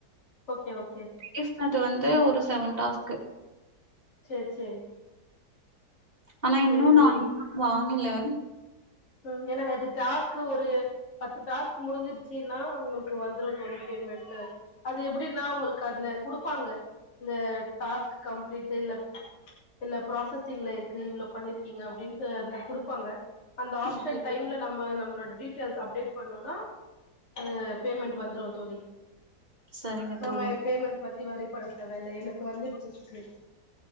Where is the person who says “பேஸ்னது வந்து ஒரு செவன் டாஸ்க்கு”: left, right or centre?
Right